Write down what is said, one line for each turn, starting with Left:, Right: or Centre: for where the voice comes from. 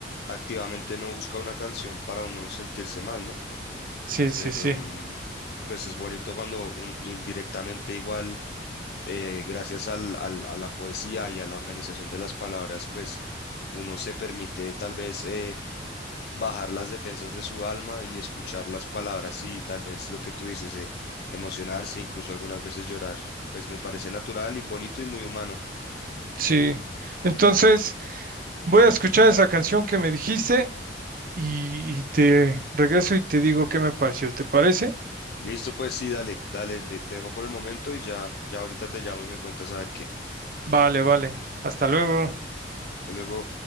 Left: activamente no busca una canción para uno sentirse mal, ¿no?
Right: Sí, sí,
Left: Pero
Right: sí,
Left: mm, pues es bonito cuando un- indirectamente igual, eh, gracias al, al- a la poesía y a la organización de las palabras, pues uno se permite tal vez eh, bajar las defensas de su alma y escuchar las palabras y tal vez lo que tú dices, eh, emocionarse, incluso algunas veces llorar. Pues me parece natural y bonito y muy humano.
Right: sí. Entonces, voy a escuchar esa canción que me dijiste y, y te regreso y te digo qué me pareció. ¿Te parece?
Left: Listo, pues sí, dale, dale, te te dejo por el momento y ya, ya ahorita te llamo y me cuentas a ver qué.
Right: Vale, vale. Hasta luego.
Left: Hasta luego.